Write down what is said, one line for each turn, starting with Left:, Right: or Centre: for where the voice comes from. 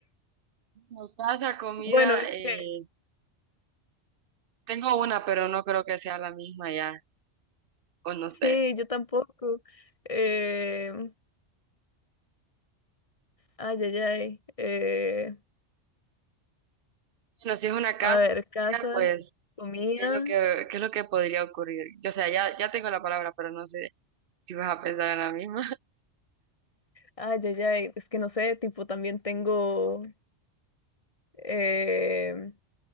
Right: No, Casa, comida.
Left: Bueno, es
Right: eh,
Left: que
Right: tengo una, pero no creo que sea la misma ya. O no
Left: sí,
Right: sé.
Left: yo tampoco. Eh, ay, ay, ay. eh,
Right: Bueno, si es una casa,
Left: a ver, casa,
Right: comida, pues,
Left: comida,
Right: ¿qué es lo que, qué es lo que podría ocurrir? Yo, o sea, ya, ya tengo la palabra, pero no sé si vas a pensar en la misma. <laughs>
Left: ay, ay, ay, es que no sé, tipo también tengo, eh,